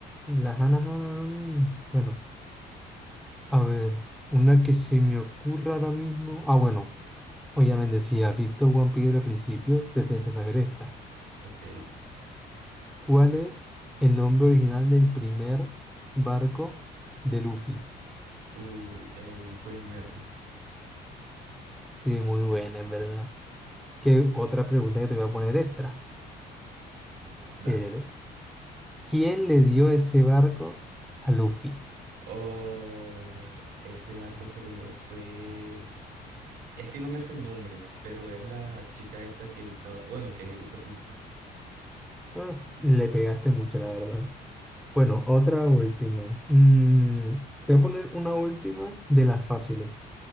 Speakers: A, in the centre; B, on the right (about 75°).
A: La Hana Hana no Mi. Bueno, a ver. Una que se me ocurra ahora mismo. Ah, bueno. Obviamente, si has visto One Piece desde el principio, te tienes que saber esta.
B: Ok.
A: ¿Cuál es el nombre original del primer barco de Luffy?
B: Uh, el Queen Mary.
A: Sí, muy buena, en verdad. ¿Qué otra pregunta que te voy a poner extra?
B: Dale.
A: ¿Qué eres? ¿Quién le dio ese barco a Luffy?
B: Oh, ese barco se lo llevó fue. Es que no me sé el nombre, pero es la chica esta que gustaba. Bueno, que usa pusta.
A: Pues, le pegaste mucho, la verdad. Bueno, otra última. Mm, te voy a poner una última de las fáciles.